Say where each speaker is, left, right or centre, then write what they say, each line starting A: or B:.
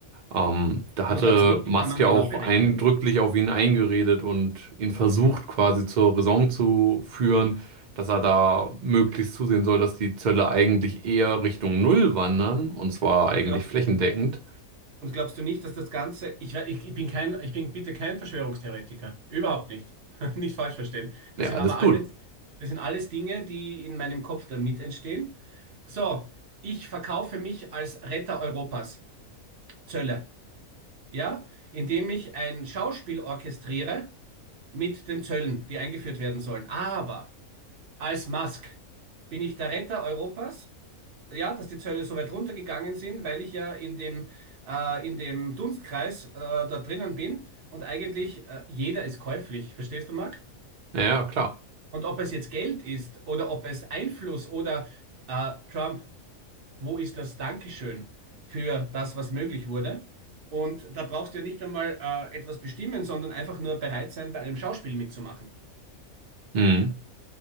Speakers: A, on the right; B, on the right.
A: Ähm, da hatte
B: Und du glaubst nicht,
A: Musk
B: die kann man
A: ja
B: genau
A: auch
B: berechnen?
A: eindrücklich auf ihn eingeredet und ihn versucht quasi zur Raison zu führen, dass er da möglichst zusehen soll, dass die Zölle eigentlich eher Richtung Null wandern und zwar eigentlich
B: Und glaubst
A: flächendeckend.
B: du, und glaubst du nicht, dass das Ganze, ich, we- ich, ich bin kein, ich bin bitte kein Verschwörungstheoretiker. Überhaupt nicht. <laughs> Nicht falsch verstehen.
A: Ja,
B: Das sind
A: alles
B: aber
A: gut.
B: alles, das sind alles Dinge, die in meinem Kopf dann mit entstehen. So, ich verkaufe mich als Retter Europas. Zölle. Ja? Indem ich ein Schauspiel orchestriere, mit den Zöllen, die eingeführt werden sollen. Aber als Musk bin ich der Retter Europas. Ja, dass die Zölle so weit runtergegangen sind, weil ich ja in dem, äh, in dem Dunstkreis äh, da drinnen bin und eigentlich äh, jeder ist käuflich. Verstehst du, Marc?
A: Ja, ja, klar.
B: Und ob es jetzt Geld ist oder ob es Einfluss oder äh, Trump, wo ist das Dankeschön für das, was möglich wurde? Und da brauchst du ja nicht einmal äh, etwas bestimmen, sondern einfach nur bereit sein, bei einem Schauspiel mitzumachen.
A: Hm.